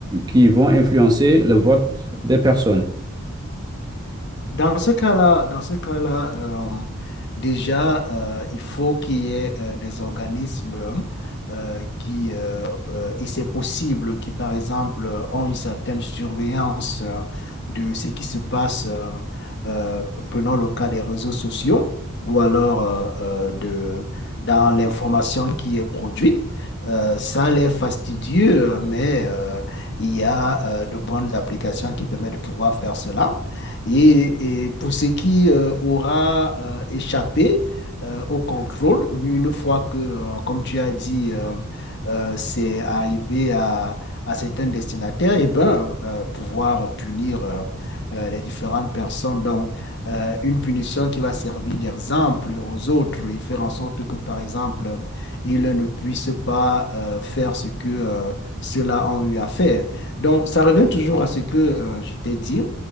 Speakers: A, on the right; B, on the left.
A: qui vont influencer le vote des personnes.
B: Dans ce cas-là, dans ce cas-là, euh, déjà, euh, il faut qu'il y ait euh, des organismes euh, qui, euh, euh, et c'est possible, qui, par exemple, euh, ont une certaine surveillance euh, de ce qui se passe, euh, euh, prenons le cas des réseaux sociaux, ou alors euh, euh, de, dans l'information qui est produite. Euh, ça l'est fastidieux, mais euh, il y a euh, de bonnes applications qui permettent de pouvoir faire cela. Et, et pour ce qui euh, aura euh, échappé euh, au contrôle, une fois que, euh, comme tu as dit, euh, euh, c'est arrivé à, à certains destinataires, et ben, euh, pouvoir punir euh, euh, les différentes personnes. Donc, euh, une punition qui va servir d'exemple aux autres et faire en sorte que, par exemple, ils ne puissent pas euh, faire ce que euh, ceux-là ont eu à faire. Donc, ça revient toujours à ce que euh, je t'ai dit